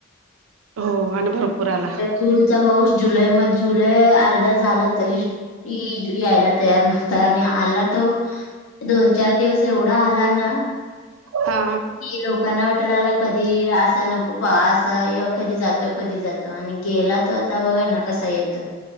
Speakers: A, on the right; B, on the left.
A: हो आणि भरपूर आला
B: जूनचा पाऊस जुलै म जुलै अर्धा झाला. तरी इजू यायला तयार नव्हता आणि आला तो दोन चार दिवस जेवढा आला ना
A: हा
B: की लोकांना वाट लागला कधी असा नको. प असा कधी जातोय कधी जातो आणि गेला तो आता बघा ना कसा येतोय.